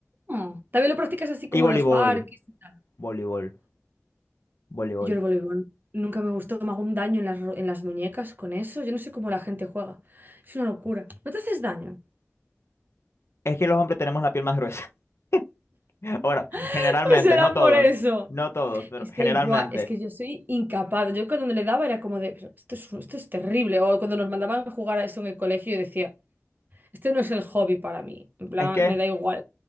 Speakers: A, on the right; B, on the left.
A: "Mm, también lo practicas así como
B: y voleibol,
A: en los parques y tal.
B: voleibol, voleibol.
A: Yo el voleibol nunca me gustó, me hago un daño en las, ro- en las muñecas con eso. Yo no sé cómo la gente juega. Es una locura. ¿No te haces daño?
B: Es que los hombres tenemos la piel más gruesa. <laughs> Bueno,
A: <laughs>
B: generalmente,
A: Pues será
B: no todos,
A: por eso.
B: no todos, pero
A: Es
B: generalmente.
A: que, buah, es que yo soy incapaz. Yo cuando le daba era como de, "Pero esto es, esto es terrible. O cuando nos mandaban a jugar a eso en el colegio, yo decía, este no es el hobby para mí. En plan,
B: Es que
A: me da igual.